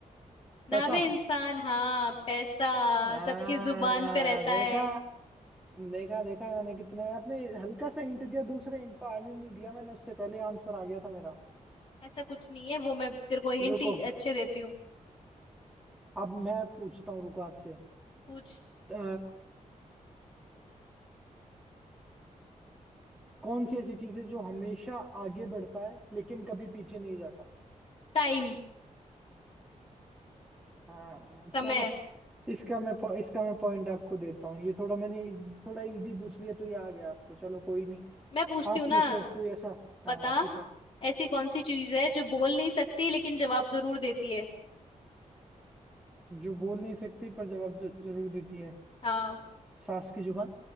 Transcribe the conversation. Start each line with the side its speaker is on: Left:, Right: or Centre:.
Left: नाम
Centre: पैसा
Left: है इंसान हाँ पैसा
Centre: हाँ
Left: सबकी जुबान पे रहता
Centre: देखा
Left: है
Centre: देखा देखा मैंने कितने आपने हल्का सा हिंट दिया दूसरा हिंट तो आगे नहीं दिया मैंने उससे पहले आंसर आ गया था मेरा
Left: ऐसा कुछ नहीं है वो मैं तेरे को हिंट
Centre: रुको
Left: अच्छे देती हूँ
Centre: अब मैं पूछता हूँ रुको आपसे
Left: पूछ
Centre: अ, कौन सी ऐसी चीज है जो हमेशा आगे बढ़ता है लेकिन कभी पीछे नहीं जाता
Left: टाइम
Centre: हाँ
Left: समय
Centre: चलो इसका मैं पॉ- इसका मैं पॉइंट आपको देता हूँ ये थोड़ा मैंने थोड़ा इजी पूछ लिया तो ये आ गया आपको चलो कोई नहीं
Left: मैं पूछती
Centre: आप
Left: हूँ ना
Centre: पूछो कोई ऐसा
Left: बता
Centre: हाँ हाँ पूछो
Left: ऐसी कौन सी चीज है जो बोल नहीं सकती लेकिन जवाब जरूर देती है
Centre: जो बोल नहीं सकती पर जवाब ज- जरूर देती है
Left: हाँ
Centre: सास की जुबान